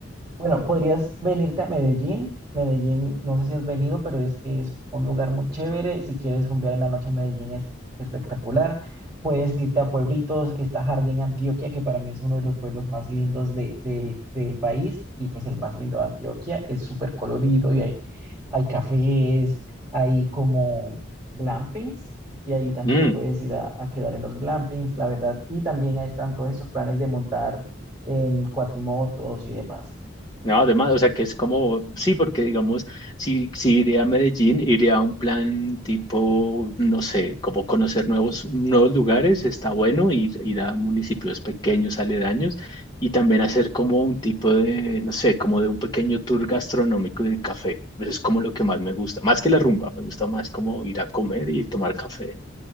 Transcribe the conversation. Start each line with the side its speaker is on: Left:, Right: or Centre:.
Right: Bueno, podrías venirte a Medellín. Medellín, no sé si has venido, pero es, es un lugar muy chévere. Si quieres rumbear en la noche, en Medellín es espectacular. Puedes irte a pueblitos. Está Jardín Antioquia, que para mí es uno de los pueblos más lindos de- del, del país y pues el más lindo de Antioquia. Es súper colorido y hay, hay cafés, hay como glampings. Y ahí también
Left: Mm,
Right: te puedes ir a, a quedar en los glampings, la verdad. Y también ahí están todos esos planes de montar en cuatrimotos y demás.
Left: no, además, o sea, que es como, sí, porque digamos, si, si iré a Medellín, iré a un plan tipo, no sé, como conocer nuevos, nuevos lugares, está bueno, ir, ir a municipios pequeños, aledaños, y también hacer como un tipo de, no sé, como de un pequeño tour gastronómico y de café. Eso es como lo que más me gusta, más que la rumba, me gusta más como ir a comer y tomar café.